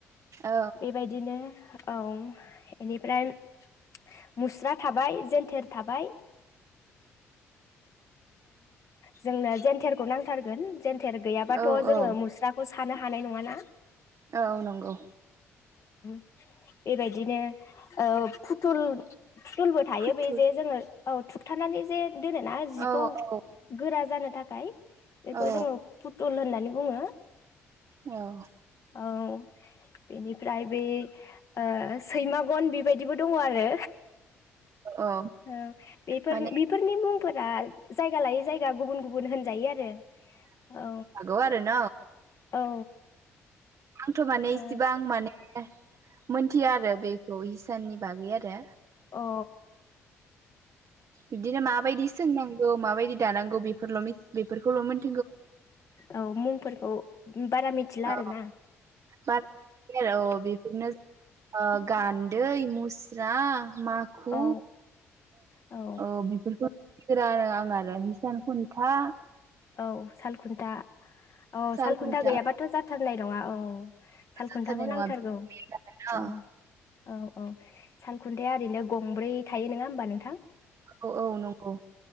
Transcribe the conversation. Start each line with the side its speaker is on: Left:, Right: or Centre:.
Right: औ
Left: बे बायदिनो औ बेनिफ्राय मुस्रा थाबाय जेन्थेर थाबाय जोंनो जेनथोरखौ नांथारगोन जेनथोर गैयाबाथ
Right: औ
Left: जोङो
Right: औ
Left: मुस्राखौ सा थानो हानाय नङाना
Right: औ नंगौ
Left: बे बायदिनो ओ फुथुल तुलबो थायो
Right: फुथुर
Left: बे जे जोङो औ थुबथानानै जे दोनोना जिखौ
Right: औ औ
Left: गोरा जानो थाखाय बेखौ
Right: औ
Left: जोङो फुद सुल होननानै बुङो
Right: औ
Left: औ बेनिफ्राय बै ओ सैमागन बेबायदिबो दङ आरो
Right: औ
Left: ओ बेफोर
Right: माने
Left: बेफोरनि मुंफोरा लायो जायगा गुबुन गुबुन होन जायो आरो औ
Right: हागौ आरो न
Left: औ
Right: आंथ माने इसेबां
Left: ओ
Right: माने मोनथिया आरो बे खौ हिसाननि बागै आरो
Left: अ
Right: बिदिनो माबायदि सोंनांगौ माबायदि दानांगौ बेफोरल मि बेफोरखौल मोन
Left: औ मुंफोरखौ बारा मिथिला
Right: अ
Left: आरोना
Right: <inaudible> आरो अ बेफोरनो ओ गान्दै मुस्रा माखु
Left: औ औ
Right: ओ बिफोरखो गोरा आरो आं आरो हिसान खुन्था
Left: औ सालखुन्था औ
Right: साल
Left: सालखुन्था
Right: खुन्था
Left: गैयाबाथ जाथारनाय नङा औ सालखुन्थाखौ
Right: जाथारनाय
Left: नांथारगौ
Right: नङा बिनो
Left: औ औ औ सालखुन्थाया ओरैनो गंब्रै थायो नोङा होमबा नोंथां?
Right: औ औ नंगौ